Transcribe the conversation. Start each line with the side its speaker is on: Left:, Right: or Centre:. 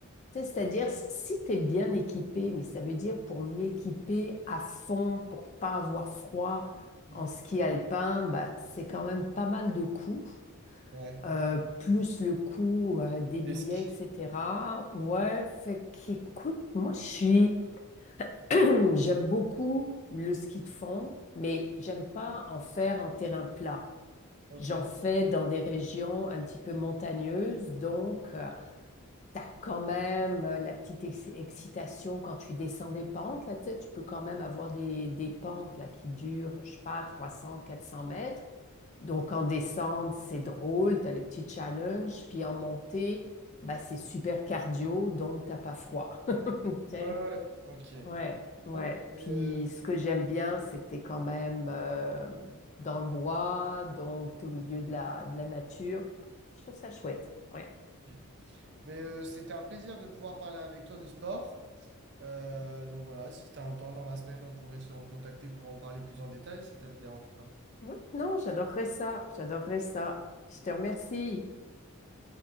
Left: Tu sais, C'est-à-dire, si tu es bien équipé, mais ça veut dire pour m'équiper à fond, pour pas avoir froid
Right: Mhm.
Left: en ski alpin, bah, c'est quand même pas mal de coûts,
Right: Ouais.
Left: euh, plus le coût euh, des billets,
Right: Desk.
Left: etc. Ouais, fait qu'écoute, moi je suis, <clears throat> j'aime beaucoup le ski de fond, mais j'aime pas en faire en terrain plat.
Right: Ok.
Left: J'en
Right: Ouais,
Left: fais dans des régions un petit peu montagneuses, donc. euh, T'as quand même euh, la petite ex- excitation quand tu descends des pentes, là, tu sais, tu peux quand même avoir des, des pentes là, qui durent, je sais pas, trois cents, quatre cents mètres. Donc, en descente, c'est drôle, t'as les petits challenges, puis en montée, bah, c'est super cardio, donc t'as pas froid. <laughs> OK?
Right: ouais. Ok.
Left: Ouais, ouais.
Right: Bon, ben, euh,
Left: Puis, ce que j'aime bien, c'est que t'es quand même euh, dans le bois, donc t'es au milieu de la, de la nature. Je trouve ça chouette. Ouais.
Right: ok. Mais, euh, c'était un plaisir de pouvoir parler avec toi de sport. Euh, donc voilà, si tu as un temps dans la semaine, on pourrait se recontacter pour en parler plus en détail si ça te dérange pas.
Left: Oui, non, j'adorerais ça. J'adorerais ça. Je te remercie.